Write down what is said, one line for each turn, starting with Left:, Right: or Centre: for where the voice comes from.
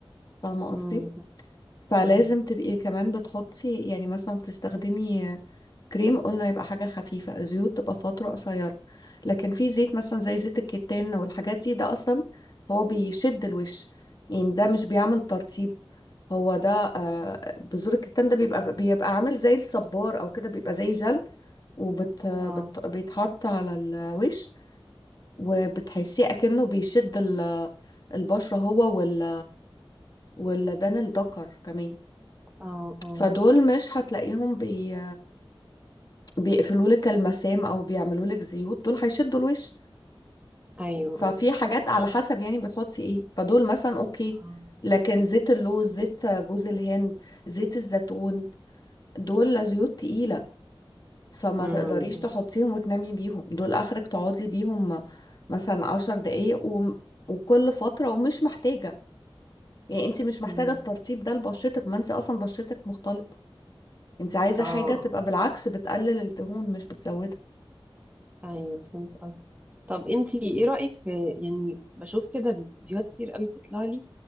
Left: فاهمة
Right: مم.
Left: قصدي؟ فلازم
Right: مم.
Left: تبقي كمان بتحطي يعني مثلا بتستخدمي كريم قلنا يبقى حاجة خفيفة زيوت تبقى فترة قصيرة لكن في زيت مثلا زي زيت الكتان والحاجات دي ده أصلا هو بيشد الوش يعني ده مش بيعمل ترطيب هو ده آه، بذور الكتان ده بيبقى بيبقى عامل زي الصبار أو كده بيبقى زي جل وبت بت
Right: اه
Left: بيتحط على الوش وبتحسيه أكنه بيشد ال- البشرة هو وال- واللبان الدكر كمان
Right: اه اه
Left: فدول مش هتلاقيهم بي بيقفلوا لك المسام او بيعملوا لك زيوت دول هيشدوا الوش
Right: ايوه
Left: ففي
Right: ايوه
Left: حاجات على
Right: طب
Left: حسب يعني بتحطي ايه فدول مثلا اوكي
Right: اه
Left: لكن زيت اللوز زيت جوز الهند زيت الزيتون دول زيوت تقيلة فما
Right: امم
Left: تقدريش تحطيهم وتنامي بيهم دول اخرك تقعدي بيهم مثلا عشر دقايق و... وكل فترة ومش محتاجة يعني انت مش محتاجة
Right: امم
Left: الترطيب ده لبشرتك ما انت اصلا بشرتك مختلط انت عايزة
Right: اه
Left: حاجة
Right: آه.
Left: تبقى بالعكس بتقلل الدهون مش بتزودها
Right: ايوه فهمت قصدك طب انتي ايه رأيك في يعني بشوف كده فيديوهات كتير قوي بتطلع لي